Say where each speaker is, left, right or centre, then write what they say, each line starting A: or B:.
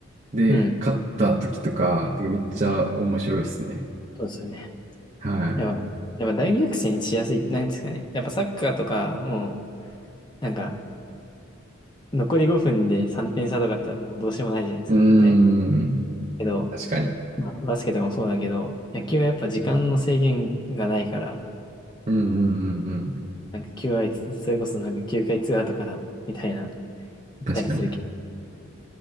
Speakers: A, on the right (about 35°); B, on the left (about 20°).
A: で勝った時とか、
B: う。うん。
A: てかめっちゃ面白いですね。
B: うんそうですよね。
A: はい。
B: やっぱ、やっぱ大逆転しやすい、なんですかね。やっぱサッカーとか、もう、なんか、残り5分で3点差とかだったらもうどうしようもないじゃないですか、
A: うーん。
B: 絶対。けど、
A: 確かに。
B: まあ、バスケとかもそうだけど、野球はやっぱ時間の制限がないから、
A: うんうんうんうん。
B: なんか9回、それこそなんか9回ツーアウトから、みたいな、行ったりする
A: 確かに。